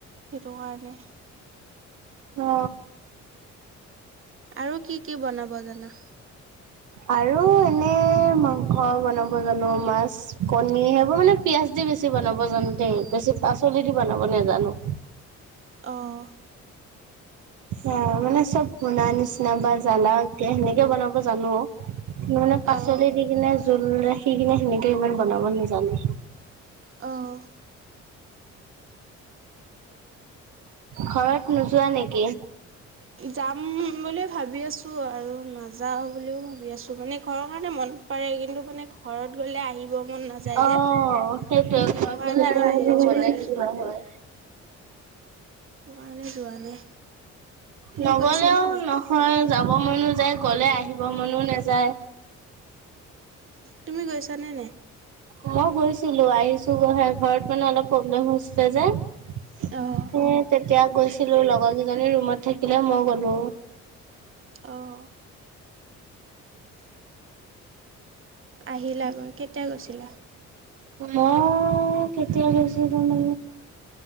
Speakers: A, on the right (about 45°); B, on the right (about 75°).
A: সেইটো কাৰণে।
B: অ।
A: আৰু কি কি বনাব জানা?
B: আৰু এনে মাংস বনাব জানো, মাছ কণী সেইবোৰ মানে পিয়াজ দি। বেছি বনাব জানো দেই, বেছি পাচলি দি বনাব নাজানো।
A: অ'।
B: অ, মানে চব শুনা নিচিনা বা জ্বালা সেনেকে বনাব জানোঁ। মানে পাচলি
A: অ',
B: দি কিনে জোল ৰাখি কিনে সেনেকে ইমান বনাব নাজানো।
A: অ'।
B: ঘৰত। নোযোৱা নেকি
A: যাম বুলি। ভাবি আছোঁ আৰু নাযাওঁ বুলিও ভাবি আছোঁ মানে ঘৰৰ কাৰণে মনত পৰে কিন্তু মানে ঘৰত। গ'লে আহিব মন নাযায়
B: অ
A: যে সেইটো
B: সেইটোৱে ঘৰত
A: কাৰণে
B: গ'লে আৰু
A: মানে
B: এনেকুৱা বনাই
A: যোৱা নাই।
B: নোযোৱা হয়
A: সেইটো কাৰণে যোৱা নাই তুমি
B: নগ'লেও
A: গৈছানে নাই
B: নহয় যাব। মনো যায়, গ'লে আহিব মনো নাযায়।
A: তুমি গৈছানে নে?
B: মই গৈছিলোঁ আহিছোঁ ঘৰত মানে অলপ প্ৰব্লেম হৈছিলে যে। এ
A: অ',
B: তেতিয়া গৈছিলো লগৰ কেইজনী ৰুমত থাকিলে মই গ'লো।
A: অহ। আহিলা গৈ কেতিয়া গৈছিলা?
B: মই কেতিয়াগৈছো যানো।